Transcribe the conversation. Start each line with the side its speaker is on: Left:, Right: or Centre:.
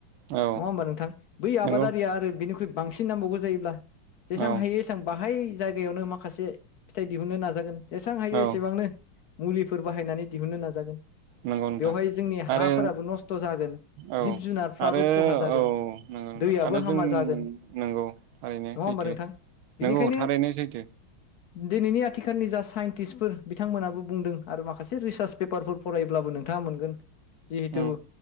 Right: औ
Left: नङा होमबा नोंथां बै
Right: नंगौ
Left: आबादारिया आरो बेनिख्रुइ बांसिन नांबावगौ जायोब्ला जेसां
Right: औ
Left: हायो एसबां बाहाय जायगायावनो माखासे फिथाइ दिहुननो नाजागोन जेसबां हायो
Right: औ
Left: एसेबांनो मुलिफोर बाहायनानै दिहुननो नाजागोन बेवहाय
Right: नंगौ नोंथां
Left: जोंनि
Right: आरो
Left: हाफोराबो नस्थ' जागोन
Right: औ
Left: जिब जुनारफ्राबो
Right: आरो
Left: खहा जागोन
Right: औ नंगौ नोंथा
Left: दैयाबो
Right: आरो
Left: हामा
Right: जों
Left: जागोन
Right: नंगौ ओरैनो
Left: नङा होमबा
Right: सैथो
Left: नोंथां बेनिखायनो
Right: नंगौ थारैनो सैथो
Left: दिनैनि आथिखालनि जा साइन्टिस्टफोर बिथांमोनाबो बुंदों आरो माखासे रिसार्च पेपारफोर फरायब्लाबो नोंथाङा मोनगेन जिहेटु
Right: उम